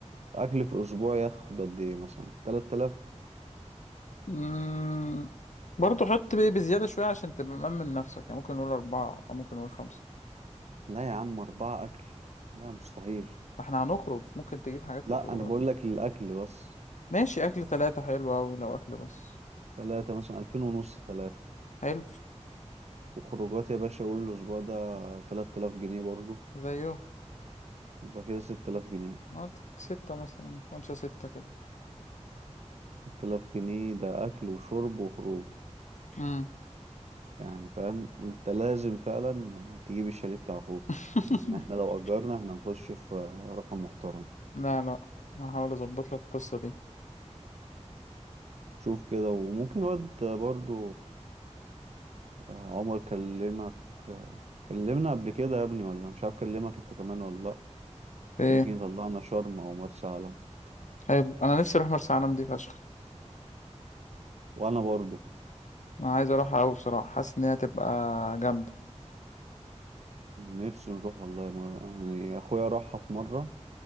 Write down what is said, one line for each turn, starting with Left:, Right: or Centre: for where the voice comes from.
Right: الأكل في أسبوع ياخد قد إيه مثلا 3000
Left: مم... برضه حط بيه بزيادة شوية عشان تبقى مأمن نفسك يعني ممكن نقول أربعة أو ممكن نقول خمسة
Right: لا يا عم أربعة أكل لا مستحيل
Left: ما احنا هنخرج ممكن تجيب حاجات
Right: لا
Left: في الخروج
Right: أنا بقول لك الأكل بس
Left: ماشي أكل تلاتة حلو أوي لو أكل بس
Right: تلاتة مثلا ألفين ونص تلاتة
Left: حلو
Right: وخروجات يا باشا قول الأسبوع ده تلات آلاف جنيه برضه
Left: زيه
Right: يبقى كده ست آلاف جنيه
Left: نقعد ستة مثلا خمسة ستة كده
Right: ست آلاف جنيه ده أكل وشرب وخروج
Left: مم.
Right: يعني فاهم أنت لازم فعلا تجيب الشاليه بتاع أخوك
Left: <laughs>
Right: إن إحنا لو أجرنا إحنا نخش في رقم محترم
Left: لا لا ما هحاول أظبط لك القصة دي
Right: شوف كده وممكن واد برضه آه، عمر كلمك آه، كلمنا قبل كده يا ابني ولا مش عارف كلمك انت كمان ولا لا
Left: إيه
Right: ممكن يطلعنا شرم او مرسى علم
Left: حلو أنا نفسي أروح مرسى علم دي فشخ
Right: وانا برضو
Left: أنا عايز أروحها أوي بصراحة حاسس إن هي هتبقى جامدة
Right: نفسي نروح والله مرة يعني اخويا راحها في مرة